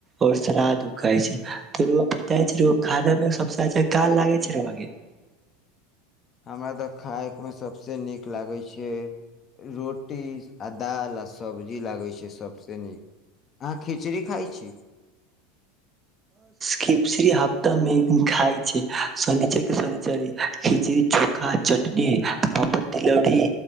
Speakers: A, on the right; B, on the left.
A: और सलाद उ खाय छै तोर बताे छै खाय मे सबसे अच्छा का लागे छै रउआ के
B: हमरा तऽ खायमे सबसे नीक लागै छै रोटी आ दाल आ सब्जी लागै छै सबसे नीक अहाँ खिचड़ी खाई छी
A: खिचरी हफ्ता मे एक दिन खाय छै शनिचर के शनिचल खिचड़ी चोखा चटनी पापड़ तिलौरी